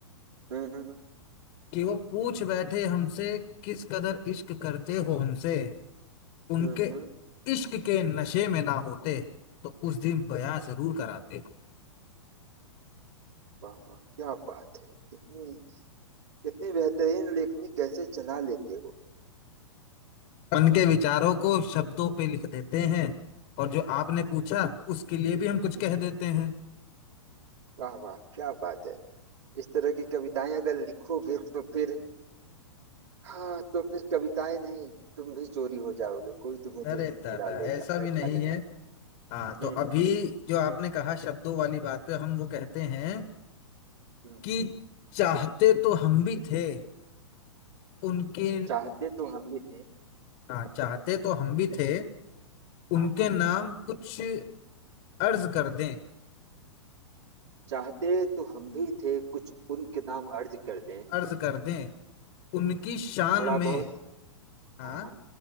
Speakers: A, on the right; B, on the left.
A: हम्म हम्म हम्म
B: कि वो पूछ बैठे हमसे किस कदर इश्क करते हो हमसे उनके
A: हम्म, हम्म।
B: इश्क के नशे में ना होते तो उस दिन बयां जरूर कराते
A: वाह वाह क्या बात है कितनी इतनी बेहतरीन लेखनी कैसे चला लेते हो
B: उनके
A: हाँ
B: विचारों को शब्दों पे लिख देते हैं और जो आपने
A: हाँ,
B: पूछा उसके लिए भी हम कुछ
A: हम्म।
B: कह देते हैं
A: वाह वाह क्या बात है इस तरह की कविताएं अगर लिखोगे तो फिर हाँ तो फिर कविताएं नहीं तुम भी चोरी हो जाओगे कोई तुम्हें
B: अरे
A: दिल में
B: दादा
A: चुरा लेगा
B: ऐसा
A: बैठा
B: भी नहीं
A: लेगा
B: है हाँ तो
A: हम्म
B: अभी
A: हम्म
B: जो आपने कहा शब्दों वाली बात पे हम वो कहते हैं
A: हम्म।
B: कि चाहते तो हम भी थे उनके
A: चाहते तो ठीक हम भी थे
B: हाँ चाहते तो हम भी थे
A: हाँ
B: उनके
A: हाँ
B: नाम कुछ अर्ज कर दें
A: चाहते तो हम भी थे कुछ उनके नाम अर्ज कर दें
B: अर्ज कर दें उनकी शान
A: थोड़ा
B: में
A: बहुत
B: हाँ
A: हाँ हाँ